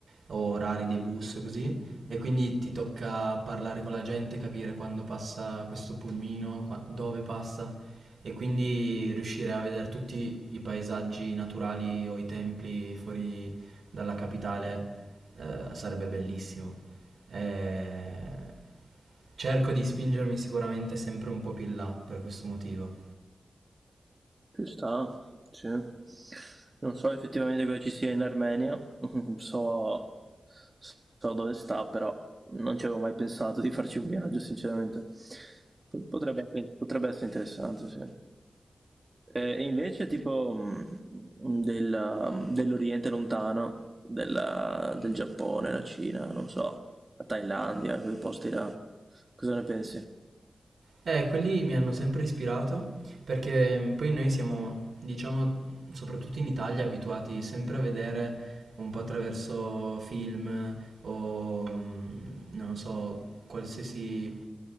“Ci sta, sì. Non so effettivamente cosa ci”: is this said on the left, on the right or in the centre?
Right